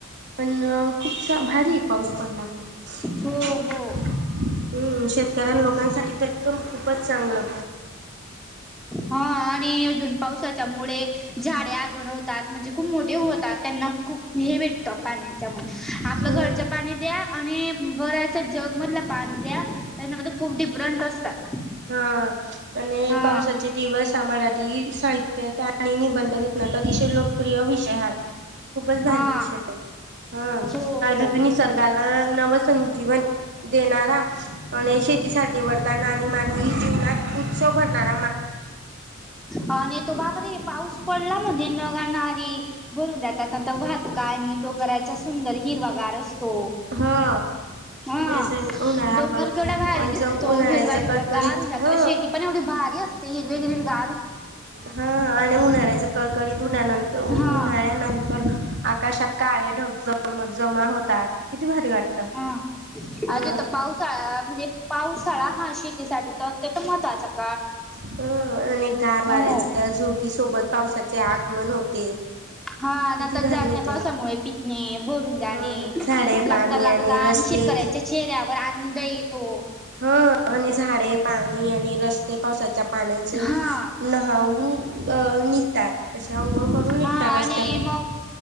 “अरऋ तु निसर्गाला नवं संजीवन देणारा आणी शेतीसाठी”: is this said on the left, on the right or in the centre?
Right